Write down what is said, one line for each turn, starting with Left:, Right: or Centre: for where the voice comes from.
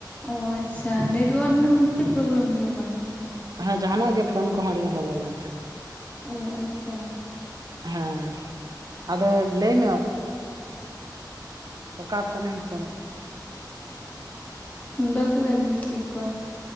Left: ᱚ ᱟᱪᱪᱷᱟ, ᱱᱮᱴᱣᱟᱨᱠ ᱨᱮᱱᱟᱜ ᱢᱚᱱᱮ ᱦᱚᱪᱷᱮ ᱯᱨᱚᱵᱽᱞᱚᱢ ᱦᱩᱭᱩᱜ ᱠᱟᱱ ᱛᱟᱦᱮᱸᱜ᱾
Right: ᱦᱮᱸ ᱡᱟᱦᱱᱟᱜ ᱜᱮ, ᱯᱷᱳᱱ ᱠᱚᱼᱦᱚᱸ ᱟᱹᱰᱤ ᱜᱟᱱ ᱞᱚ-ᱞᱚ ᱞᱮᱱ ᱛᱟᱦᱮᱸᱜ᱾
Left: ᱚ ᱟᱪᱪᱷᱟ᱾
Right: ᱦᱮᱸ, ᱟᱫᱚ ᱞᱟᱹᱭ ᱢᱮ ᱚᱠ ᱚᱠᱟ ᱠᱷᱚᱱᱮᱢ ᱯᱷᱳᱱᱮᱜᱼᱟ?
Left: ᱵᱟᱹᱠᱩᱲᱟ ᱰᱤᱥᱴᱤᱠ ᱠᱷᱚᱱ᱾